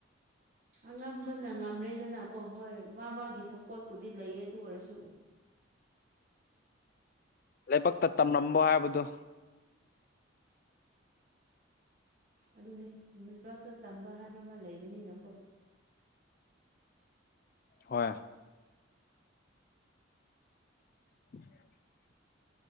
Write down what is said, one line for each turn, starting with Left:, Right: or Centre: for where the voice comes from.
Right: ꯑꯉꯝꯕꯅ ꯉꯝꯔꯦꯗꯅꯀꯣ ꯍꯣꯏ ꯃꯥ ꯃꯥꯒꯤ ꯁꯞꯄꯣꯔꯠꯄꯨꯗꯤ ꯂꯩꯌꯦ ꯑꯗꯨ ꯑꯣꯏꯔꯁꯨ
Left: ꯂꯥꯏꯕꯛꯇ ꯇꯝꯂꯝꯕ ꯍꯥꯏꯕꯗꯨ
Right: ꯑꯗꯨꯅꯤ ꯃꯔꯛꯇ ꯇꯝꯕ ꯍꯥꯏꯕ ꯑꯃ ꯂꯩꯕꯅꯤꯅꯀꯣ
Left: ꯍꯣꯏ <unintelligible>